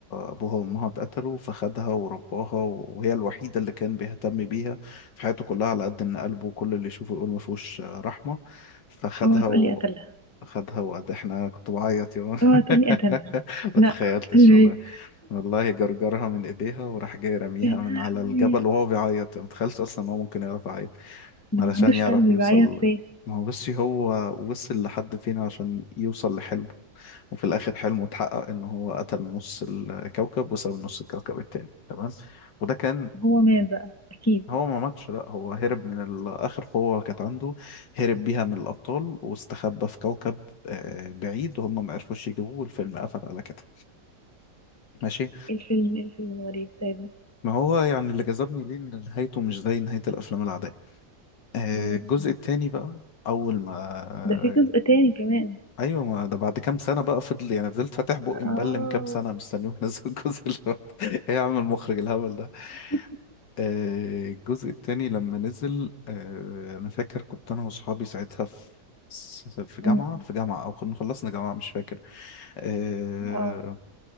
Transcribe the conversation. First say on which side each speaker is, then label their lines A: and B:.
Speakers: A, on the left; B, on the left.
A: أبوها وأمها اتقتلوا فخدها ورباها وهي الوحيدة اللي كان بيهتم بيها في حياته كلها على قد إن قلبه كل اللي يشوفه يقول ما فيهوش رحمة فخدها
B: اوعى تقولي
A: و
B: قتلها
A: خدها وقد احنا كنت بعيط يا مان.
B: اوعى تقولي
A: <laughs>
B: قتلها
A: ما
B: لا
A: تخيلتش
B: قلبي
A: والله والله جرجرها من ايديها وراح جاي رميها
B: يا لهوي
A: من على الجبل وهو بيعيط ما تخيلتش اصلا ان هو ممكن يعرف يعيط
B: ده
A: علشان
B: ما عندوش
A: يعرف
B: قلبي
A: يوصل
B: بعيط ليه
A: ما هو بس هو وصل لحد فين عشان يوصل لحلمه وفي الاخر حلمه اتحقق ان هو قتل نص الكوكب وساب نص الكوكب التاني تمام وده كان
B: هو مات بقى اكيد
A: هو ما ماتش لا هو هرب من ال- اخر قوة كانت عنده هرب بيها من الابطال واستخبى في كوكب آه، بعيد وهم ما عرفوش يجيبوه والفيلم قفل على كده ماشي
B: ايه الفيلم ايه الفيلم الغريب طيب
A: ما هو يعني اللي جذبني ليه ان نهايته مش زي نهاية الافلام العادية آه،
B: مم.
A: الجزء التاني بقى اول ما
B: ده في جزء تاني كمان
A: ايوه ما ده بعد كام سنه بقى فضل يعني فضلت فاتح بقي مبلم
B: اه
A: كام سنه مستنيه ينزل الجزء اللي بعده. <laughs> ايه يا عم المخرج الهبل ده
B: <laughs>
A: آه، الجزء التاني لما نزل آه، انا فاكر كنت انا واصحابي ساعتها في في جامعة
B: مم.
A: في جامعة او كنا خلصنا جامعة مش فاكر آه،
B: اه